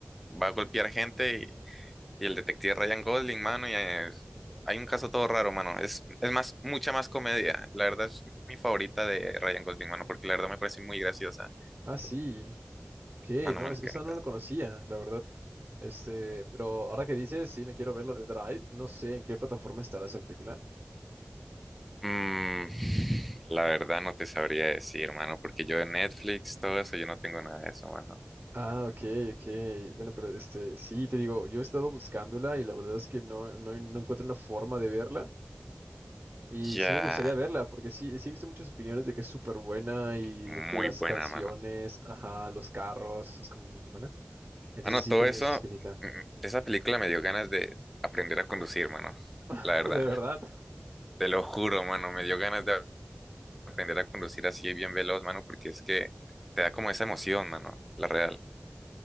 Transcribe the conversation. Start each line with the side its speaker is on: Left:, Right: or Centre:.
Centre: va a golpear gente y, y el detective Ryan Gosling, mano, y es- hay un caso todo raro, mano. Es, es más, mucha más comedia. La verdad es mi favorita de Ryan Gosling, mano, porque la verdad me parece muy graciosa.
Right: Ah, sí. ¿Qué?
Centre: Mano,
Right: No,
Centre: me
Right: es-
Centre: encanta.
Right: esa no la conocía, la verdad. Este, pero ahora que dices, sí, me quiero ver la de Drive. No sé en qué plataforma estará esa película.
Centre: Mm, la verdad no te sabría decir, mano, porque yo de Netflix, todo eso, yo no tengo nada de eso, mano.
Right: Ah, ok, ok. Bueno, pero este, sí, te digo, yo he estado buscándola y la verdad es que no, no, no encuentro una forma de verla. Y
Centre: Ya,
Right: sí me gustaría verla, porque sí, sí he visto muchas opiniones de que es súper buena y
Centre: muy
Right: de que las
Centre: buena,
Right: canciones,
Centre: mano.
Right: ajá, los carros, es como muy buena. Entonces
Centre: Mano,
Right: sí
Centre: todo
Right: he tenido
Centre: eso,
Right: esa espinita.
Centre: mm, esa película me dio ganas de aprender a conducir, mano.
Right: <laughs>
Centre: La verdad,
Right: De verdad.
Centre: te lo juro, mano, me dio ganas de aprender a conducir así bien veloz, mano, porque es que te da como esa emoción, mano, la real.